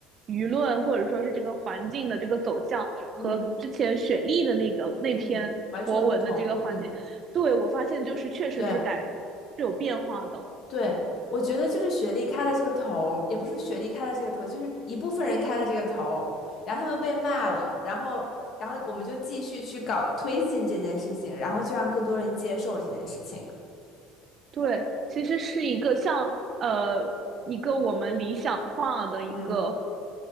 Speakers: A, on the right (about 35°); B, on the left (about 45°).
A: 舆论，或者说是这个环境的这个走向，
B: 嗯
A: 和之前雪莉的那个那篇博文的这个环境，
B: 嗯，完全不同，嗯，
A: 对我发现就是确实是改是有变化的。
B: 对。对，我觉得就是学历开了这个头儿也不是学历开了这个头儿就是一部分人开了这个头儿然后他们被骂了，然后，然后我们就继续去搞推进这件事情，然后就让更多人接受这件事情。
A: 对，其实是一个像呃一个我们理想化的一个
B: 嗯